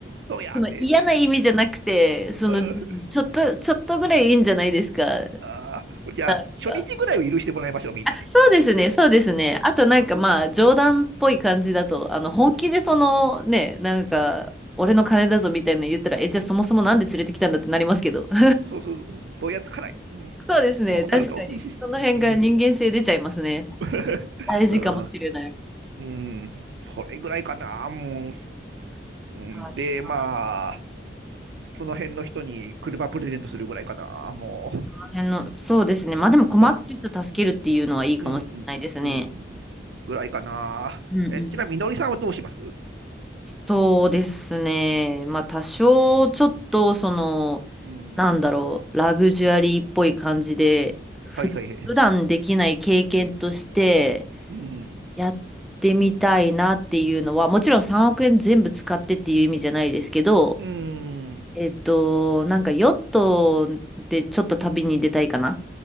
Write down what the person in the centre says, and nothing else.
その嫌な意味じゃなくて、その、
ちょっと、ちょっとぐらいいいんじゃないですかなん
か
そうですね、そうですね。あとなんかまあ冗談っぽい感じだと、
あの本気でそのね、
なんか俺の金だぞみたいなの言ったら、
え、じゃあそもそもなんで連れてきたんだってなりますけど。<laughs>
そうですね、
確かに。その辺が人間性出ちゃいますね。
大事かもしれない。
確かに。
あの辺の、そうですね。まあでも困ってる人助けるっていうのはいいかもしれないですね。
うんうん。
そうですね。まあ多少ちょっとその、
なんだろう、ラグジュアリーっぽい感じで、ふ普段できない経験として
やってみたいなっていうのは、もちろん3億円全部使ってっていう意味じゃないですけど、
えっと、なんかヨットでちょっと旅に出たいかな。